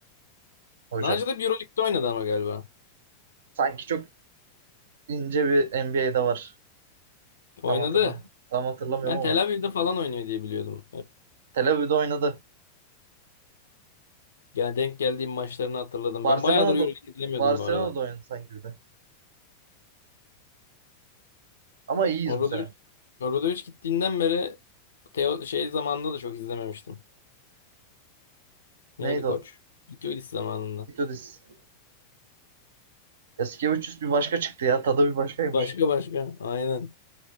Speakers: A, on the right; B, on the left.
A: hoca.
B: Naci de Euroleague'de oynadı ama galiba.
A: Sanki çok ince bir NBA'de var.
B: Oynadı.
A: Tam hatırlam tam hatırlamıyorum
B: Ben
A: ama
B: Tel Aviv'de falan oynuyor diye biliyordum. Hep.
A: Tel Aviv'de oynadı.
B: Yani denk geldiğim maçlarını hatırladım.
A: Barcelona'da
B: Ben bayağıdır Euroleague izlemiyordum
A: Barcelona'da
B: bu arada.
A: oynadı sanki bir de. Ama iyiyiz
B: Obradoviç,
A: bu sene.
B: Obradoviç gittiğinden beri Teo, şey zamanında da çok izlememiştim. Neydi
A: Neydi
B: koç?
A: o?
B: Vitolis zamanında.
A: Itudis. Yasikevicius bir başka çıktı ya. Tadı bir başkaymış.
B: Başka başka. Aynen.